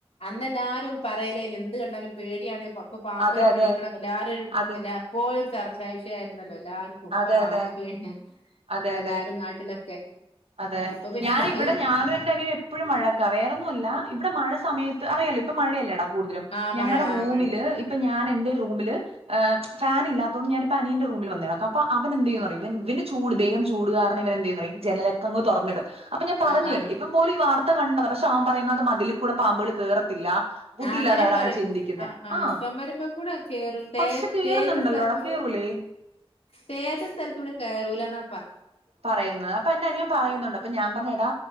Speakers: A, on the left (about 90°); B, on the right (about 80°).
A: അന്ന് എല്ലാരും പറയലേന് എന്ത് കണ്ടാലും പേടിയാണ് അപ്പൊ പാമ്പിന
B: അതെ അതെ
A: പേടിക്കണം എല്ലാരും ഒരു
B: അതെ
A: ല്ലാ ഇപ്പോഴും ഒരു ചർച്ചാ വിഷയ ആരുന്നല്ലോ എല്ലാർക്കും ഇപ്പൊ
B: അതെ
A: പാമ്പ്
B: അതെ
A: പേ പിന്നെ
B: അതെ അതെ
A: എല്ലാരും നാട്ടിലൊക്കെ
B: അതെ
A: ഇപ്പൊ പിന്നെ
B: ഞാന്
A: മഴ
B: ഇവിടെ ഞാനും എന്റെ അനിയനും എപ്പോഴും വ ഴക്ക വേറൊന്നും അല്ല ഇവിടെ മഴ സയത്ത് അറിയല്ലോ ഇപ്പ മഴയല്ലേടാ കൂടുതലും
A: ആ
B: ഞങ്ങളുടെ
A: മഴ
B: റൂമില്
A: ആ മഴ
B: ഇപ് ഇപ്പ ഞാൻ എന്റെ റൂമില് ഫാൻ ഇല്ലാത്തോണ്ട് ഞാനിപ്പോ അനിയന്റെ റൂമിൽ വന്ന് കെടക്കും അ അപ്പൊ അവൻ എന്ത് ചെയ്യും
A: ആഹ്
B: ന്ന് അറിയ്യോ ഇവന് ചൂട് ദേഹം ചൂടുകാരണം ഇവന് എന്ത് ചെയ്യും ന്നറിയ്യോ ഈ ജനലൊക്കെ അങ്ങ് തുറന്നിടും അപ്പൊ ഞാൻ പറഞ്ഞു
A: ആഹ് ആഹ്
B: ഇവൻ പോലും ഈ വാർത്ത കണ്ടതാ പക്ഷെ അവൻ പറയുന്നത് അത് മതിലിൽ കൂടെ പാമ്പുകൾ കേറത്തില്ല ബുദ്ധിയില്ലാതെ
A: അങ്ങനെ
B: അവരങ്ങനെ
A: പറയും
B: ചിന്തിക്കുന്നെ ആഹ്
A: ചുമരുമ്മേ കൂടെ കേറു തേ
B: പക്ഷെ കേറുന്നുണ്ടല്ലോടാ
A: തേച്ച സ്ഥലത്തൂ
B: കേറും. <unintelligible>
A: തേച്ച സ്ഥലത്തൂടെ കയറൂലാന്നാ
B: പറയുന്നത് അപ്പൊ എന്റെ അനിയൻ പറയുന്നുണ്ട് അപ്പൊ ഞാൻ പറഞ്ഞു എടാ